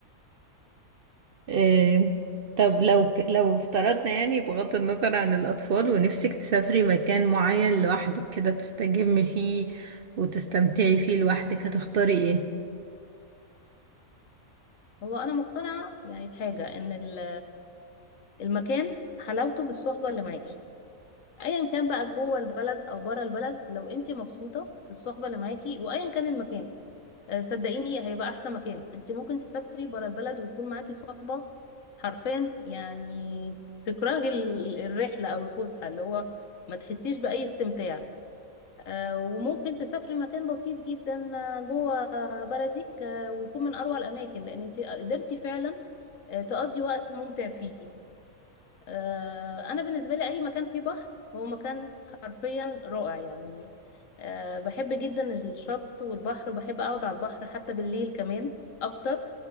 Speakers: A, on the right (about 70°); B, on the left (about 65°).
A: إيه، طب لو ك... لو افترضنا يعني بغض النظر عن الأطفال ونفسك تسافري مكان معين لوحدك كده تستجمي فيه وتستمتعي فيه لوحدك هتختاري ايه؟
B: هو انا مقتنعة يعني بحاجة ان ال- المكان حلاوته بالصحبة اللي معاكي ايا كان بقى جوه البلد او بره البلد لو انت مبسوطه في الصحبه اللي معاكي وايا كان المكان آه، صدقيني هيبقى احسن مكان انت ممكن تسافري بره البلد ويكون معاكي صحبه حرفيا يعني تكرهي ال- الرحله او الفسحه اللي هو ما تحسيش باي استمتاع آه، وممكن تسافري مكان بسيط جدا آه، جوه بلدك آه، ويكون من اروع الاماكن لان انت قدرتي فعلا آه، تقضي وقت ممتع فيه آه، انا بالنسبه لي اي مكان فيه بحر هو مكان حرفيا رائع يعني آه، بحب جدا الشط والبحر وبحب اقعد على البحر حتى بالليل كمان اكتر